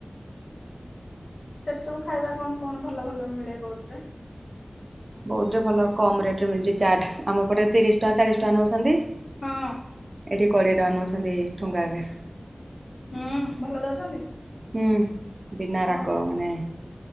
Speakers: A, on the left; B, on the right.
A: ସେଠି ସବୁ ଖାଇବା କଣ କଣ ଭଲ ଭଲ ମିଳେ ବଉଦ୍ ରେ?
B: ବଉଦୁ ରେ ଭଲ କମ୍ ରେଟ ରେ ମିଳୁଛି ଚାଟ୍ ଆମ ପଟେ ତିରିଶ ଟଙ୍କା ଚାଳିଶ ଟଙ୍କା ନେଉଛନ୍ତି। ଏ
A: ହଁ
B: ଏଠି କୋଡ଼ିଏ ଟଙ୍କା ନଉଛନ୍ତି ଠୁଙ୍ଗା କେ।
A: ହୁଁ ଭଲ ଦଉଛନ୍ତି?
B: ହୁଁ ବିନା ରାକ
A: ଭଲ
B: ମାନେ